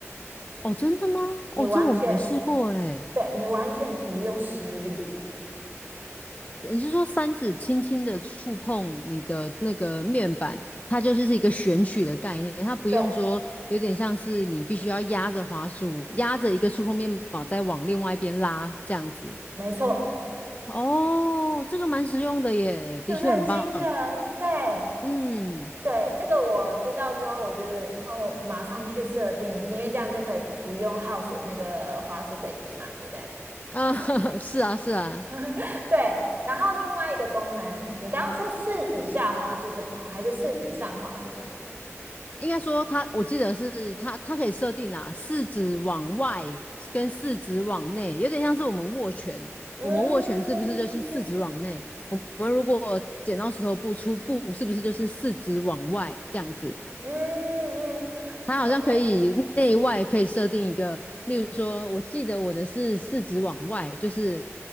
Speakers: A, on the left; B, on the right.
A: 哦，真的吗？
B: 你完全
A: 哦，这我没试过诶。
B: 对你完全不用施力，
A: 你是说三指轻轻的触碰你的那个面板，它就是是一个选取的概念，它不用说有点像是你必须要压着滑鼠，
B: 对，
A: 压着一个触碰面板再往另外一边拉这样子。
B: 没错，
A: 哦，这个蛮实用的耶，的确很棒。
B: 是不是很惊人？对
A: 嗯，
B: 对，这个我知道之后，我就哦马上去设定，因为这样就可以不用耗损那个滑鼠轨迹嘛，对不对？
A: 啊，<laughs> 是啊，是啊，
B: <laughs> 对，然后另外一个功能，你刚刚说四指下滑是什么？还是四指上滑是什么？
A: 应该说它，我记得是它，它可以设定啦，四指往外跟四指往内，有点像是我们握拳，
B: 嗯
A: 我们握拳是不是就是四指往内？我们如果剪刀石头布出布，是不是就是四指往外这样子？
B: 嗯嗯
A: 它好像可以内外可以设定一个，
B: ，OK，
A: 例如说，我记得我的是四指往外，就是